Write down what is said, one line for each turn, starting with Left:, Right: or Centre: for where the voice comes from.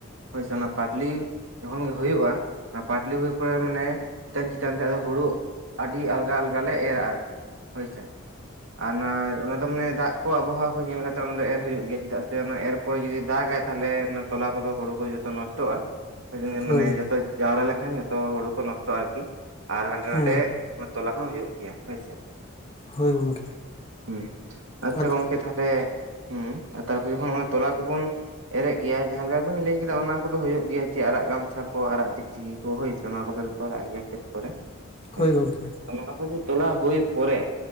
Right: ᱦᱳᱭ ᱥᱮ ᱯᱟᱴᱞᱤ ᱡᱚᱠᱷᱚᱱ ᱜᱮ ᱦᱩᱭᱩᱜ-ᱟ ᱯᱟᱴᱞᱤ ᱦᱩᱭ ᱯᱚᱨᱮ ᱢᱟᱱᱮ ᱪᱮᱛᱟᱱ ᱪᱮᱛᱟᱱ ᱛᱮ ᱦᱩᱲᱩ ᱟᱹᱰᱤ ᱟᱞᱜᱟ ᱟᱞᱜᱟ ᱞᱮ ᱮᱨᱟ ᱟᱨᱠᱤ ᱦᱳᱭᱥᱮ ᱟᱨ ᱚᱱᱟ ᱚᱱᱟ ᱫᱚ ᱢᱟᱱᱮ ᱫᱟᱜ ᱠᱚ ᱟᱵᱚᱦᱟᱣᱟ ᱠᱚ ᱧᱮᱞ ᱠᱟᱛᱮᱜ ᱚᱱᱟ ᱫᱚ ᱮᱨ ᱦᱩᱭᱩᱜ ᱜᱮᱭᱟ ᱪᱮᱫᱟᱜ ᱥᱮ ᱚᱱᱟ ᱮᱨ ᱯᱚᱨᱮ ᱡᱩᱫᱤ ᱫᱟᱜᱟᱭ ᱛᱟᱦᱚᱞᱮ ᱛᱚᱞᱟ ᱠᱚᱫᱚ ᱦᱩᱲᱩ ᱠᱚ ᱡᱚᱛᱚ ᱱᱚᱥ ᱱᱚᱥᱴᱚᱜ-ᱟ
Left: ᱦᱳᱭ
Right: ᱢᱟᱱᱮ ᱡᱷᱚᱛᱚ ᱡᱟᱣᱨᱟ ᱞᱮᱱᱠᱷᱟᱱ ᱡᱷᱚᱛᱚ ᱦᱩᱲᱩ ᱠᱚ ᱱᱚᱥᱴᱚᱜ-ᱟ ᱟᱨᱠᱤ ᱟᱨ ᱦᱟᱸᱰᱮ
Left: ᱦᱮᱸ
Right: ᱱᱟᱰᱮ ᱛᱚᱞᱟ ᱦᱚᱸ ᱦᱩᱭᱩᱜ ᱜᱮᱭᱟ᱾ ᱦᱳᱭ ᱥᱮ
Left: ᱦᱳᱭ ᱜᱚᱝᱠᱮ
Right: ᱦᱩᱸ ᱟᱪᱪᱷᱟ
Left: ᱟᱫᱚ
Right: ᱜᱚᱝᱠᱮ ᱛᱟ ᱦᱩᱸ ᱛᱟᱨᱯᱚᱨᱮ ᱦᱚᱸᱜ-ᱚᱭ ᱛᱚᱞᱟ ᱠᱚᱵᱚᱱ ᱮᱨᱮᱜ ᱜᱮᱭᱟ ᱡᱟᱦᱟᱸ ᱞᱮᱠᱟ ᱵᱤᱱ ᱞᱟᱹᱭ ᱠᱮᱫᱟ ᱚᱱᱟ ᱠᱚᱫᱚ ᱦᱩᱭᱩᱜ ᱜᱮᱭᱟ ᱡᱮ ᱟᱨᱟᱜ ᱜᱟᱢᱪᱷᱟ ᱠᱚ ᱟᱨᱟᱜ ᱪᱤᱠᱪᱤᱠᱤ ᱠᱚ ᱦᱳᱭ ᱥᱮ ᱚᱱᱟ ᱠᱚᱫᱚᱞᱮ ᱛᱚᱞᱟᱜ ᱜᱮᱭᱟ ᱠᱷᱮᱛ ᱠᱚᱨᱮ
Left: ᱦᱳᱭ
Right: ᱦᱮᱸ᱾
Left: ᱜᱚᱝᱠᱮ
Right: ᱱᱚᱣᱟ ᱠᱚ ᱡᱮ ᱛᱚᱞᱟ ᱦᱩᱭ ᱯᱚᱨᱮ,